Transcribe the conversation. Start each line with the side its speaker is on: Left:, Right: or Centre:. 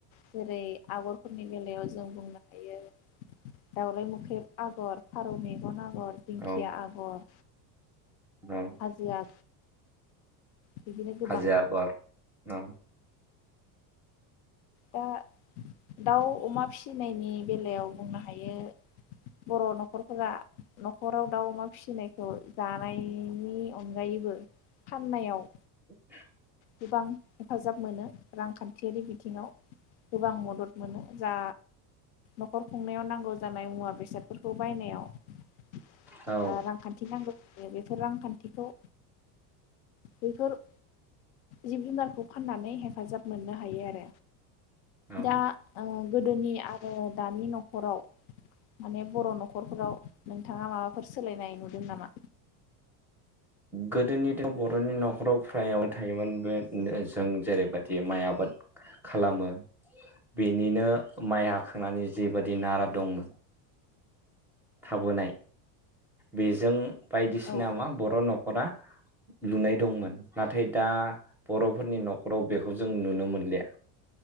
Left: जेरै आगरफोरनि बेलायाव जों बुंनो हायो दावलाय मोख्रेब आगर फारौ मेगन आ गर दिंखिया
Centre: औ
Left: आगर
Centre: औ
Left: हाजो आ बिदिनो गोबां
Centre: हाजो आगर औ
Left: दा दाउ अमा फिसिनायनि बेलायाव बुंनो हायो बर नखरफोरा नखराव दाउ अमा फिसिनायखौ जानायनि अनगायैबो फाननायाव
Centre: <inaudible>
Left: गोबां हेफाजाब मोनो रांखान्थियारि बिथिङाव गोबां मदद मोनो जा नखर खुंनायाव नांगौ जानाय मुवा बेसाद फोरखौ बायनायाव ओ
Centre: औ
Left: रांखान्थि नांगौ नै बेफोर रांखान्थिखौ बैफोर जिब जुनारखौ फाननानै हेफाजाब मोननो हायो आरो
Centre: औ
Left: दा ओ गोदोनि आरो दानि नखराव माने बर नखरफोराव नोंथाङा माबाफोर सोलायनाय नुदों नामा?
Centre: गोदोनिथ बरनि नखराव फ्रायावनो थायोमोन बे जों जेरैबायदि माइ आबाद खालामो बेनिनो माइ हाखांनानै जिबादि नारा दंमोन थाबोनाय बेजों बायदिसिना
Left: औ
Centre: मा बर नखरा लुनाय दंमोन नाथाय दा बरफोरनि नखराव बेखौ जों नुनो मोनलिया